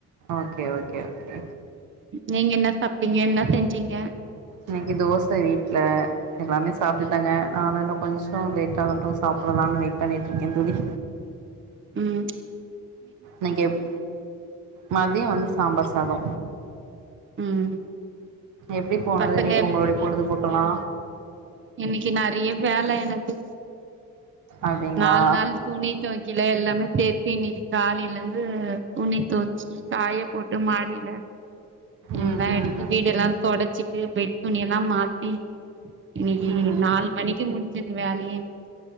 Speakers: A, on the right (about 80°); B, on the right (about 40°).
A: ஓகே ஓகே ஓகே
B: நீங்க என்ன சாப்டிங்க என்ன செஞ்சிங்க
A: இன்னைக்கி தோச வீட்ல எல்லாமே சாப்டுட்டாங்க நாதா இன்னு கொஞ்சொ லேட்டாகட்டூ சாப்புடலானு வெயிட் பண்ணிட்ருக்கே தோழி
B: உம்
A: நீங்கெப் மதியொ வந்து சாம்பார் சாதோ
B: ம்
A: எப்டி போனது
B: பசங்க
A: இன்னைக்கி ஒங்களுடைய பொழுதுபோக்கலா
B: இன்னிக்கி நெறையா வேல எனக்கு
A: அப்டிங்களா
B: நாலு நாள் துணி தொவைக்கல எல்லாமே சேத்து இன்னைக்கி காலைலந்தூ துணி துவச்சுட்டு காயப்போட்டு மாடியில எல்லா
A: ம்
B: எடுத்து
A: ம் ம்
B: வீடெல்லா தொடச்சிட்டு பெட் துணியெல்லா மாத்தீ இன்னைக்கீ
A: ம்
B: நால் மணிக்கி முடிஞ்சது வேலையே